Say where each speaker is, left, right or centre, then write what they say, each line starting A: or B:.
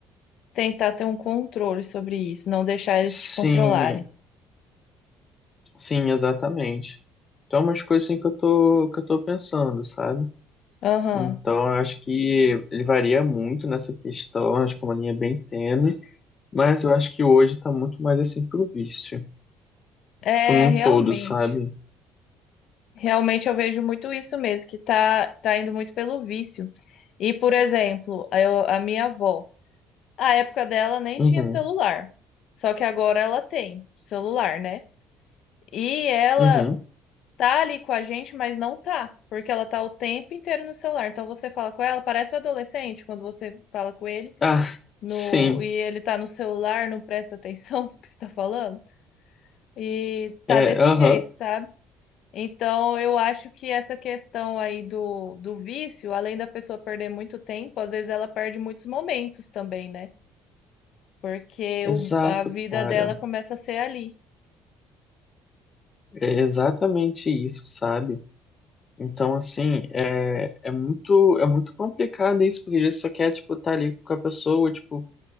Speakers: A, on the left; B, on the left.
A: tentar ter um controle sobre isso, não deixar eles
B: Sim,
A: te controlarem.
B: sim, exatamente. Então, é umas coisas assim que eu tô, que eu tô pensando, sabe?
A: Aham.
B: Então, eu acho que ele varia muito nessa questão, acho que é uma linha bem tênue, mas eu acho que hoje tá muito mais assim pro vício,
A: É,
B: tipo, num
A: realmente.
B: todo, sabe?
A: Realmente eu vejo muito isso mesmo, que tá, tá indo muito pelo vício. E, por exemplo, a eu- a minha avó, a época dela nem
B: Uhum,
A: tinha celular. Só que agora ela tem celular, né? E ela
B: uhum.
A: tá ali com a gente, mas não tá, porque ela tá o tempo inteiro no celular. Então você fala com ela, parece um adolescente quando você fala com ele.
B: Ah,
A: no,
B: sim.
A: e ele tá no celular, não presta atenção <laughs> no que você tá falando, e tá
B: É,
A: desse
B: aham.
A: jeito, sabe? Então, eu acho que essa questão aí do, do vício, além da pessoa perder muito tempo, às vezes ela perde muitos momentos também, né? Porque
B: Exato,
A: o, a vida
B: cara.
A: dela começa a ser ali.
B: É exatamente isso, sabe? Então, assim, é, é muito, é muito complicado isso, porque ele só quer, tipo, estar ali com a pessoa, tipo,